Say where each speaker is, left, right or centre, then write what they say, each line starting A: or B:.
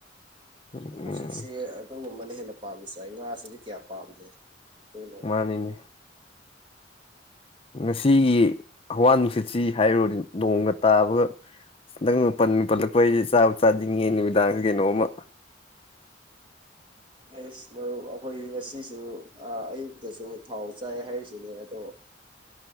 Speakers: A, on the left; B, on the right.
A: ꯎꯝ
B: ꯍꯧꯖꯤꯛꯁꯤ ꯑꯗꯨꯒꯝꯨꯝꯕꯅ ꯍꯦꯅꯥ ꯄꯥꯝꯃꯤꯁ ꯑꯩ ꯉꯥꯁꯤꯗꯤ ꯀꯌꯥ ꯄꯥꯝꯗꯦ꯫ ꯑꯗꯨꯅ
A: ꯃꯥꯅꯤꯅꯦ ꯉꯁꯤꯒꯤ ꯍꯋꯥ ꯅꯨꯡꯁꯤꯠꯁꯤ ꯍꯥꯏꯔꯨꯔꯅꯤ ꯅꯣꯡꯒ ꯇꯥꯕ ꯈꯤꯇꯪ ꯄ ꯄꯜꯂꯛꯄ ꯍꯥꯏꯁꯦ ꯆꯥꯕ ꯆꯥꯗ꯭ꯉꯩ ꯅꯨꯃꯤꯗꯥꯡꯁ ꯀꯩꯅꯣꯃ
B: ꯑꯦꯁ ꯃꯔ ꯑꯩꯈꯣꯏ ꯉꯁꯤꯁꯨ ꯑꯌꯨꯛꯇꯁꯨ ꯊꯥꯎ ꯆꯥꯏ ꯍꯥꯏꯔꯤꯁꯤꯅꯦ ꯑꯗꯣ